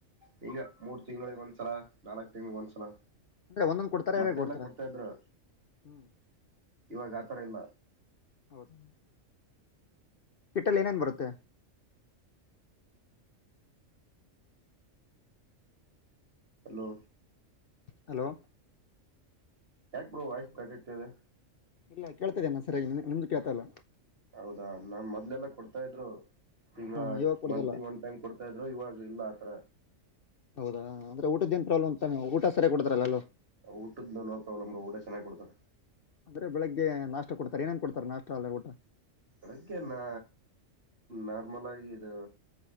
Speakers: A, on the right; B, on the left.
A: ಹಿಂಗ ಮೂರ್ ತಿಂಗಳಿಗೆ ಒಂದ್ಸಲ ನಾಲ್ಕ್ ತಿಂಗ್ಳಿಗೆ ಒಂದ್ಸಲ
B: ಅಂದ್ರೆ ಒಂದೊಂದ್ ಕೊಡ್ತಾರ
A: ಮದ್ನೆಲ್ಲ
B: ಎರಡ್ ಕೊಡ್ತಾರ
A: ಕೊಡ್ತಾ ಇದ್ರು
B: ಹ್ಮ್
A: ಇವಾಗ ಅತರ ಇಲ್ಲ
B: ಹೌದಾ ಕಿಟ್ಟಲ್ಲಿ ಏನೇನ್ ಬರುತ್ತೆ
A: ಹಲ್ಲೋ
B: ಹಲೋ
A: ಯಾಕ್ ಬ್ರೋ ವಾಯ್ಸ್ ಬ್ರೇಕಗ್ತ ಇದೆ
B: ಇಲ್ಲ ಕೇಳ್ತಿದ್ದೇ ನ ಸರಿಯಾಗಿ ನಿಮ್ದು ಕೇಳ್ತ ಇಲ್ಲ
A: ಹೌದಾ ನಾ ಮೊದ್ಲೆಲ್ಲ ಕೊಡ್ತಾ ಇದ್ರು ಈಗ
B: ಹ ಇವಾಗ ಕೊಡ್ದಲ್ಲ
A: ಮಂತ್ಲಿ ಒನ್ ಟೈಮ್ ಕೊಡ್ತಾ ಇದ್ರು ಇವಾಗ ಇಲ್ಲ ಆತರ
B: ಹೌದಾ ಅಂದ್ರೆ ಊಟದೇನ್ ಪ್ರಾಬ್ಲಮ್ ತಾನೆ ಊಟ ಸರೆ ಕೊಡತ್ರಲ್ಲಲ್ಲೋ
A: ಊಟದನ ನೋ ಪ್ರಾಬ್ಲಮ್ ಊಟ ಚನ್ನಾಗ್ ಕೊಡ್ತಾರ
B: ಅಂದ್ರೆ ಬೆಳಿಗ್ಗೆ ನಾಷ್ಟ ಕೊಡ್ತಾರೆ ಏನೇನ್ ಕೊಡ್ತಾರೆ ನಾಷ್ಟ ಅಲ್ಲ ಊಟ
A: ಬೆಳಗ್ಗೆ ನಾ ನಾರ್ಮಲ್ ಆಗಿ ಇದು